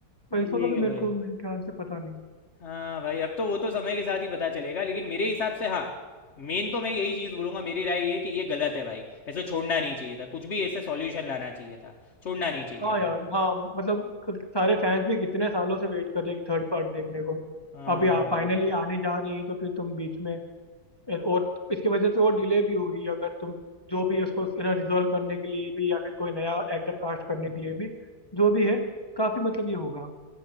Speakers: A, on the left (about 15°); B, on the left (about 45°).
A: पैसों
B: ठीक
A: का भी
B: है
A: मेरे
B: भाई
A: को मेरे ख्याल से पता नहीं
B: हाँ भाई अब तो वो तो समय के साथ ही पता चलेगा लेकिन मेरे हिसाब से हाँ मेन तो मैं यही चीज़ बोलूंगा मेरी राय ये है कि ये गलत है भाई ऐसे छोड़ना नहीं चाहिए था कुछ भी ऐसे सॉल्यूशन लाना चाहिए था छोड़ना नहीं चाहिए
A: हाँ
B: था
A: यार हाँ मतलब क- सारे फैंस भी कितने सालों से वेट कर रहे हैं कि थर्ड पार्ट देखने को
B: हाँ
A: अभी आ,
B: भाई
A: फाइनली आने जा रही है तो फिर तुम बीच में ए, और इसकी वजह से और डिले भी होगी अगर तुम जो भी उसको रिजोल्व करने के लिए भी या फिर कोई नया एक्टर कास्ट करने के लिए भी जो भी है काफी मतलब ये होगा